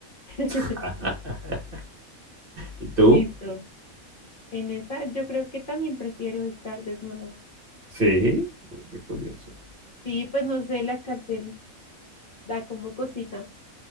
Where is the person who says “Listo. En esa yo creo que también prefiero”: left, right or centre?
Left